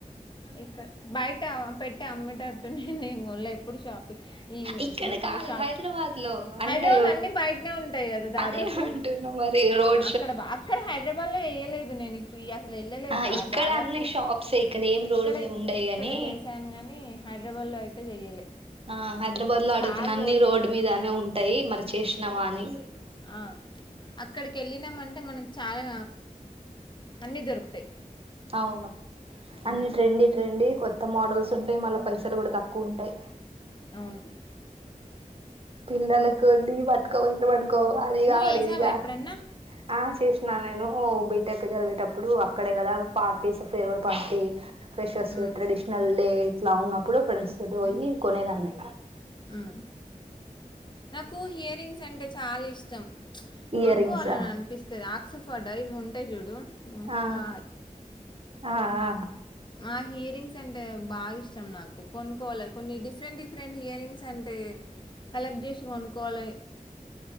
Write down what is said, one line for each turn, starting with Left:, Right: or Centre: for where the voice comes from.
Left: ఇక్కడ బయట పెట్టటి అమ్మేటట్టున్నా నేను ఎప్పుడు షాపి ఈ
Right: ఇక్కడ కాదు
Left: షా
Right: హైదరాబాద్ లో అంటే
Left: హైదరాబాద్ అన్ని బయటనే ఉంటాయి కదా దాదాపు
Right: అదే అంటున్న మరి రోజు
Left: అక్కడ అక్కడ హైదరాబాద్ లో వయలేదు నేను ఇప్పుడు అసలు వెళ్ళలేదు
Right: ఆ
Left: ద
Right: ఇక్కడ
Left: దాదాపు
Right: అన్ని షాప్సే ఏం
Left: ఇక్కడ
Right: రోడ్ మీద ఉండయి
Left: ఇక్కడ
Right: గాని
Left: చేసాను కాగాని హైదరాబాద్ అయితే చెయ్యలే
Right: ఆ హైదరాబాద్ లో అడుగుతున్నా
Left: చాలా
Right: అన్ని రోడ్డు మీదనే ఉంటాయి మరి చేసినావా
Left: ఆ
Right: అని
Left: ఆ అక్కడికి వెళ్ళినామంటే టే మనకు చాలా అన్ని దొరుకుతాయి
Right: అవును అన్ని
Left: ఉమ్
Right: ట్రెండీ ట్రెండీ కొత్త మోడల్స్ ఉంటాయి మళ్ళా పైసలు కూడా తక్కువ ఉంటాయి
Left: అవును
Right: పిల్లలకు నీ పతుకపోయినాం అనుకో అది
Left: నువ్వు
Right: కావాలి
Left: చేసావా
Right: ఇది కావాలి
Left: ఎప్పుడన్నా
Right: ఆ చేస నా నేను బీటెక్ చదివేటప్పుడు అక్కడే కదా పార్టీస్ ఫేర్వెల్ పార్టీ ఫ్రెషస్
Left: ఉమ్
Right: ట్రెడిషనల్ డే ఇట్లా ఉన్నప్పుడు ఫ్రెండ్స్ చ పోయి
Left: ఉమ్
Right: కొనేదనీ
Left: ఉమ్ నాకు హియర్ రంగ్స్ అంటే చాలా ఇష్టం
Right: ఇయర్
Left: కొనుకోవాలని
Right: రింగ్స్
Left: అనిపిస్తుది ఆ ఫ డ్రైవి ఉంటే చూడు
Right: ఆ
Left: మా
Right: ఆ ఆ
Left: మాహీర్ ఇయరింగ్స్ అంటే బాగా ఇష్టం నాకు కొనుక్కోవాలి కొన్ని డిఫరెంట్ డిఫరెంట్ ఇయరింగ్స్ అంటే కలెక్ట్ చేసి కొనుకోవాల